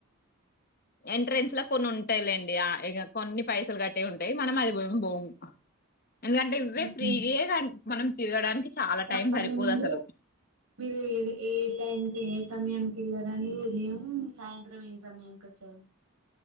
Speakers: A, on the left; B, on the right.
A: ఎంట్రెన్స్లో కొన్ని ఉంటాయిలేండి ఆ ఇ కొన్ని పైసలు కట్టే ఉంటాయి మనం అది బోగు ఎందుకంటే ఇవే
B: హుహు.
A: ఫ్రీ మనం తిరగడానికి చాలా టైం
B: అంతకుముందు
A: సరిపోదు అసలు
B: మీరు ఏ ఏ టైంకి ఏ సమయానికి వెళ్ళారండి ఉదయం సాయంత్రం ఏ సమయం వెనుకకు జరుగు